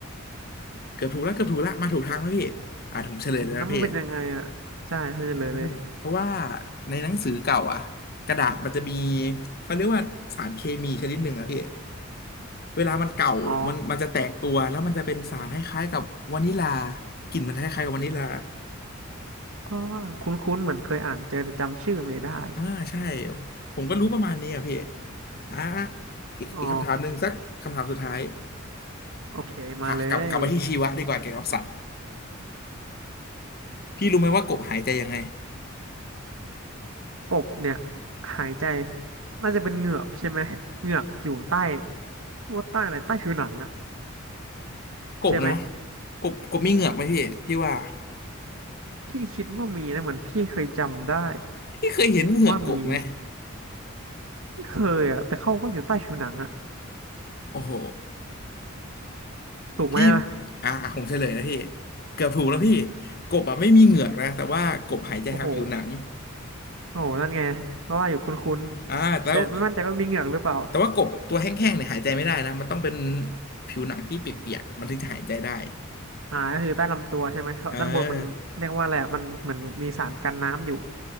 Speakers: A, on the left (about 50°); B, on the right (about 75°).
A: เกือบถูกแล้วเกือบถูกแล้วมาถูกทางแล้วพี่อ่ะผมเฉลยเลยนะพี่
B: อืมแล้วมันเป็นยังไงอ่ะใช่จะเลยเลย
A: อ่าเพราะว่าในหนังสือเก่าอ่ะกระดาษมันจะมีเขาเรียกว่าสารเคมีชนิดหนึ่งอะพี่เวลามันเก่ามันมันจะแตกตัวแล้วมันจะเป็นสารคล้ายๆกับวานิลา
B: อ๋อ
A: กลิ่นมันคล้ายๆกับวานิลา
B: ก็คุ้นๆเหมือนเคยอ่านเจอแต่จำชื่อไม่ได้
A: อ่าใช่ผมก็รู้ประมาณนี้อ่ะพี่อ่าอีกอีกคำถามหนึ่งสักคำถามสุดท้าย
B: อ๋อโอเคมาเลย
A: อ่ะกลับกลับมาที่ชีวะดีกว่าเกี่ยวกับสัตว์พี่รู้ไหมว่ากบหายใจยังไง
B: กบเนี่ยหายใจน่าจะเป็นเหงือกใช่ไหมเหงือกอยู่ใต้ว่าใต้อะไรใต้ผิวหนังอะ
A: กบนะ
B: ใช่ไหม
A: กบกบมีเหงือกไหมพี่พี่ว่า
B: พี่คิดว่ามีนะเหมือนพี่เคยจำได้
A: พี่เคยเห็นเหงือกกบไหม
B: ว่ามีไม่เคยอะแต่เขาว่าอยู่ใต้ผิวหนังอะ
A: โอ้โห
B: ถูกไหมอะ
A: พี่อ่าผมเฉลยนะพี่เกือบถูกแล้วพี่กบอ่ะไม่มีเหงือกนะแต่ว่ากบหายใจทางผิวหนัง
B: โอ้โหโอ้โหนั่นไงเพราะว่าอยู่คุ้นๆแต่ไม่มั่นใจว่ามีเหงือกหรือเปล่า
A: อ่าแล้วแต่ว่ากบตัวแห้งๆเนี่ยหายใจไม่ได้นะมันต้องเป็นผิวหนังที่เปียกๆมันถึงจะหายใจได้
B: อ่าก็คือใต้ลำตัวใช่ไหมครับด้านบนมันเรียกว่าอะไรอะมันเหมือนมีสารกันน้ำอยู่
A: เออ